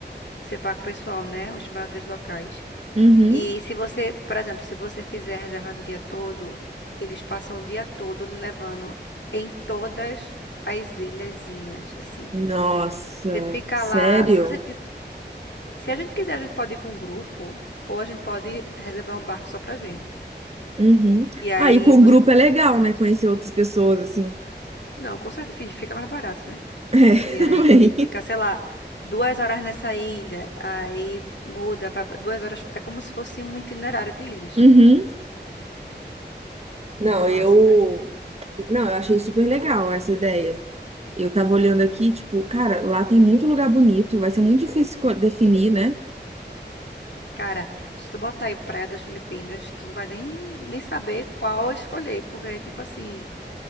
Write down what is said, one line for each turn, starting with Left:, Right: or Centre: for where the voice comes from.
Left: Você paga o pessoal, né? Os barbeadores locais.
Right: Uhum.
Left: E se você, por exemplo, se você fizer a reserva do dia todo, eles passam o dia todo lhe levando em todas as ilhazinhas, assim.
Right: Nossa,
Left: Você fica
Right: sério?
Left: lá, se você quis- se a gente quiser, a gente pode ir com um grupo ou a gente pode reservar um barco só pra gente.
Right: Uhum.
Left: E aí
Right: Aí, com
Left: você,
Right: o grupo é legal, né? Conhecer outras pessoas, assim. <laughs>
Left: não, com certeza fi- fica mais barato, né?
Right: É,
Left: E
Right: também.
Left: aí fica, sei lá, duas horas nessa ilha, aí muda, vai pra duas horas, é como se fosse um itinerário de ilhas.
Right: Uhum.
Left: Muito
Right: Não,
Left: massa,
Right: eu. Não, eu achei super legal essa ideia. Eu tava olhando aqui, tipo, cara, lá tem muito lugar bonito, vai ser muito difícil esco- definir, né?
Left: Cara, se tu botar aí Praia das Filipinas, tu não vai nem, nem saber qual escolher, porque, tipo assim,